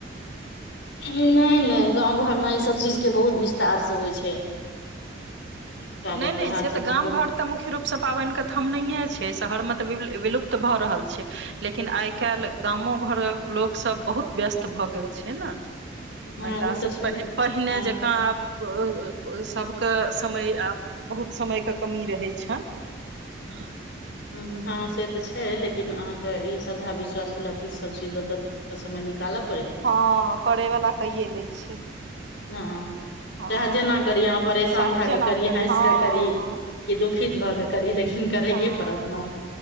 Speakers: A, on the left; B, on the right.
A: नय नय गाँव घरमे इसभ चीजके बहुत विस्तारसँ होइ छै। पाबनि
B: नय नय
A: त्योहार
B: से
A: सबमे
B: तऽ गाम
A: बहुत
B: घर तऽ मुख्य रूप सब पाबनि के थमनहियें छै शहर मे तऽ विलुप्त भऽ रहल छै लेकिन आइ आइ काल्हि गामो घरक लोक सब बहुत व्यस्त भऽ गेल छै न।
A: हँ
B: महिला
A: ओ तऽ
B: सभ
A: छेबे
B: पहि पहिने
A: हँ
B: जकाँ आब सभके समय आब बहुत समयके कमी रहै छनि
A: हुँ हुँ हँ से तऽ छै लेकिन अहाँके ई श्रद्धा विश्वास वला चीज सब चीज जतऽ समय निकालब
B: हँ करै वला कैये लै छै
A: हँ
B: हँ
A: चाहे जेना करी अहाँ परेशान
B: चाहे
A: भए
B: जेना
A: कऽ करी हँसि
B: हँ
A: कऽ करी की दुखित भऽ कऽ करी लेकिन करैए
B: हँ
A: परत ना